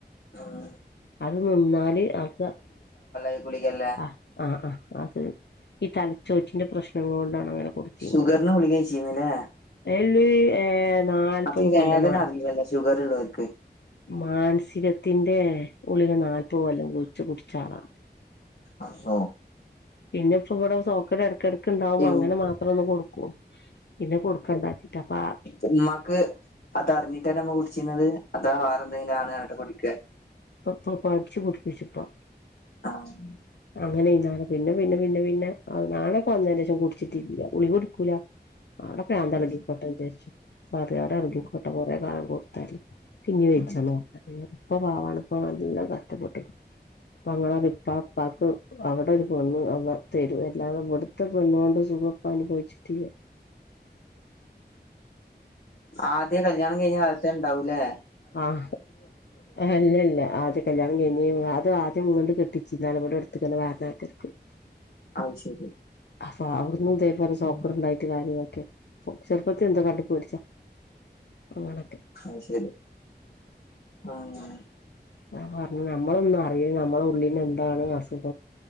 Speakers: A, on the left; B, on the left.
A: ആഹ്
B: അത് നിന്നാല് ആക്ക
A: ഈ ഗുളികല്ലേ
B: ആ ആഹ ആ അത്- ഈ തലച്ചോറ്റിന്റെ പ്രശ്നങ്ങൾ കൊണ്ടാണ് അങ്ങനെ കൊടുത്തിരുന്നത്
A: ഷുഗറിന് ഗുളിക കഴിച്ചിരുന്നില്ലേ
B: അല്- ഏ നാല്പത്
A: അപ്പൊ ഈ
B: കൊല്ലമാണ്
A: വേദന അറിയില്ലല്ലോ ഷുഗർ ഉള്ളവർക്ക്
B: മാനസിക - ത്തിന്റെ ഉള്ളില് നാൽപ്പോല്ലാം ഗുളിക കുടിച്ച ആളാ -
A: അസോ-
B: പിന്നെ ഇപ്പൊ ഇവിടെ സോക്കറ്റ് ഇടക്കി ഇടക്ക് ഇണ്ടാവു
A: ഉം
B: അങ്ങനെ മാത്രം ഒന്ന് കൊടുക്കു. പിന്നെ കൊടുക്കണ്ടാ ചിട്ടാ പാവം
A: ഉമമാക്ക് അതറിഞ്ഞിട്ടന്ന അമ്മ കുടിച്ചിരുന്നത് അതാ വേറെ ന്തെങ്കിലും ആണ് പറഞ്ഞിട്ട് കുടിക്കെ
B: തോപ്പടിച്ച് കുടിപ്പിച്ചിട്ട-
A: ആഹ്
B: അങ്ങനെ ഇന്നാണ് പിന്നെ പിന്നെ പിന്നെ പിന്നെ നാണൊക്കെ വന്നേര രശം കുടിച്ചിട്ടിില്ല ഗുളിക കുടിക്കൂല അവിടെ പ്രാന്താളകി
A: ഉം
B: കോട്ടെ വിചരിച്ചു വോവിടെ ഇറുകിക്കോട്ടെ
A: ഉം
B: കുറെേ കാല- <unintelligible>
A: ഉം
B: ഇപ്പ പാവാണ ഇപ്പ നല്ല കഷ്ടപ്പെട്ടു <unintelligible> അവിടിടൊരു പെണ്ണ് അവ തരൂ എല്ലാതും ഇവിടുത്തെ പെണ്ണോണ്ട് സുഖം ഇപ്പ അനു- തിയ-
A: ആദ്യ കല്യാണം കഴിഞ്ഞാൽ കാലത്തെ ണ്ടാവും ലെ,.
B: ആഹ് ഏ ഇല്ലല്ലാ ആദ്യ കല്യാണം കഴ് അത് ആദ്യമുങ്ങണ്ട് കെട്ടിച്ചിന്ന <unintelligible> ഇവിടെ എടുത്തക്ക വാരാക്കർക്ക്-
A: അഹ് ശരി.
B: അപ്പൊ അവിടന്നുംതേപോല സ്വകാട്
A: ഉം
B: ണ്ടായിട്ട് കാര്യൊക്കെ ചെറുപ്പത്തി എന്തോ കണ്ടുപേടിച്ചാ- ഓണ
A: ആഹ് ശരി ആഹ്.
B: അാ റഞ്ഞു ഞമ്മളൊന്നും അറിയേ ഞമ്മളെ ഉള്ളിന്ന് എന്താണ് അസു -